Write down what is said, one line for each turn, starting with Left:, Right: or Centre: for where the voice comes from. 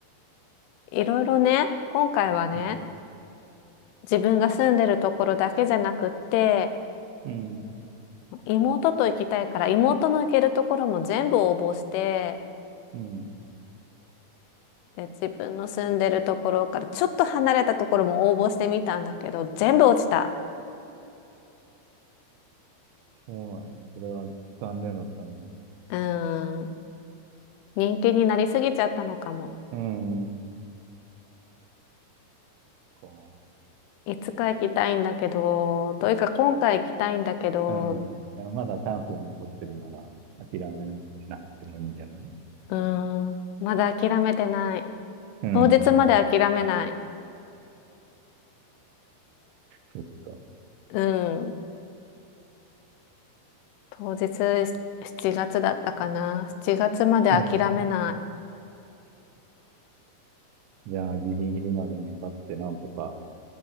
Left: いろいろね、今回はね、
Right: うん。
Left: 自分が住んでるところだけじゃなくって、
Right: うん。
Left: 妹と行きたいから、妹の行けるところも全部応募して、
Right: うん。
Left: で、自分の住んでるところからちょっと離れたところも応募してみたんだけど、全部落ちた。
Right: そうなんだ。それは残念だったね。
Left: うーん。人気になりすぎちゃったのかも。
Right: うん。こ
Left: いつか行きたいんだけど、というか今回行きたいんだけど、
Right: ううん。いや、まだチャンスが残ってるなら、諦めなくてもいいんじゃない
Left: うーん。まだ諦めてない。
Right: うん。
Left: 当日まで諦めない。
Right: そっか。
Left: うん。当日7月だったかな。7月まで諦めない。
Right: うん。じゃあ、ギリギリまで粘って、なんとか